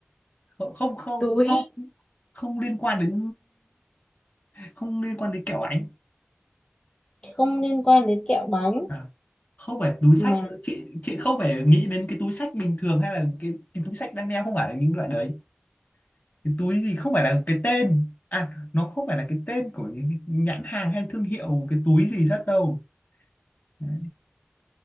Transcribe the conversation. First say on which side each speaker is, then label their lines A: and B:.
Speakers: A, on the left; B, on the left.
A: không không không
B: túi
A: không không liên quan đến không liên quan đến kẹo ánh
B: không liên quan đến kẹo bánh
A: à, không phải túi sách
B: mà
A: chị chị không phải nghĩ đến cái túi sách bình thường hay là cái cái túi sách đang đeo không phải là những loại đấy cái túi gì không phải là cái tên à nó không phải là cái tên của những cái nhãn hàng hay thương hiệu cái túi gì rất đâu Đấy.